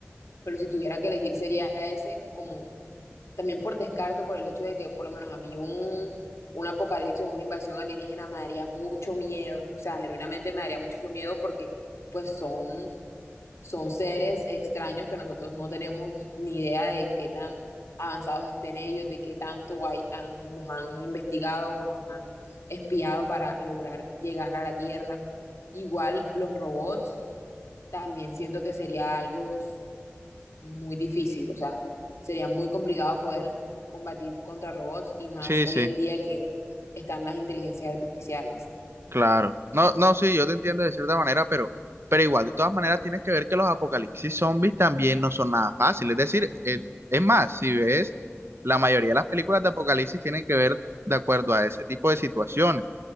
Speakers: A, on the left; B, on the right.
A: pero si tuviera que elegir sería ese, como también por descarte, por el hecho de que por lo menos a mí un, un apocalipsis o una invasión alienígena me daría mucho miedo. O sea, genuinamente me daría mucho miedo porque pues son son seres extraños que nosotros no tenemos ni idea de qué tan avanzados estén ellos, de qué tanto hay- han- nos han investigado o nos han espiado para lograr llegar a la Tierra. Igual los robots también siento que sería algo muy difícil, o sea, sería muy complicado poder combatir contra robots y más
B: Sí,
A: hoy
B: sí,
A: en día que están las inteligencias artificiales.
B: claro. No, no, sí, yo te entiendo de cierta manera, pero, pero igual, de todas maneras, tienes que ver que los apocalipsis zombies también no son nada fáciles. Es decir, eh, es más, si ves, la mayoría de las películas de apocalipsis tienen que ver de acuerdo a ese tipo de situaciones.